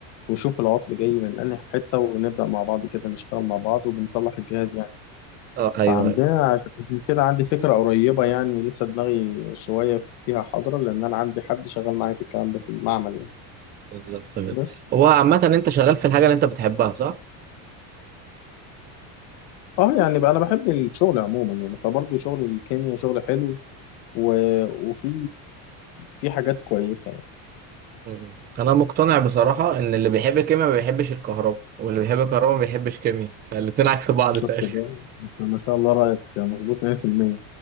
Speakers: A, on the left; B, on the right.
A: ويشوف العطل جاي من انهي حته ونبدا مع بعض كده نشتغل مع بعض وبنصلح الجهاز يعني
B: اه ايوه
A: فعندنا عش- عشان كده عندي فكرة قريبة يعني لسه دماغي شوية فيها حاضرة لأن أنا عندي حد شغال معايا في الكلام ده في المعمل يعني
B: بالظبط تمام
A: بس
B: هو عامة انت شغال في الحاجة اللي انت بتحبها صح؟
A: اه يعني بقى أنا بحب الشغل عموما يعني فبرضه شغل الكيمياء شغل حلو و... وفي في حاجات كويسة يعني
B: م- انا مقتنع بصراحة ان اللي بيحب الكيمياء ما بيحبش الكهرباء واللي بيحب الكهرباء ما بيحبش كيمياء الاتنين عكس بعض
A: شفت
B: تقريبا
A: ده
B: <laughs>
A: أنت ما شاء الله رأيك مظبوط 100%